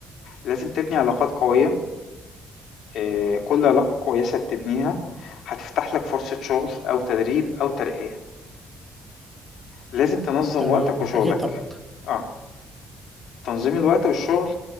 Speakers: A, on the left (about 70°); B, in the centre.
A: لازم تبني علاقات قوية آه، كل علاقة كويسة بتبنيها هتفتح لك فرصة شغل او تدريب او ترقية لازم تنظم
B: تمام
A: وقتك
B: آه،
A: وشغلك
B: أكيد طبعا
A: اه تنظيم الوقت والشغل